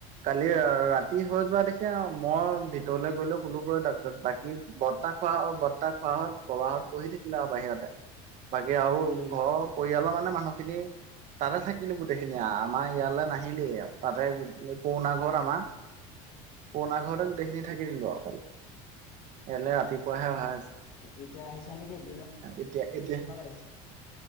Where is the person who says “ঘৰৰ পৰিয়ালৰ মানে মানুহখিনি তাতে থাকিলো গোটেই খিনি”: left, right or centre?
Right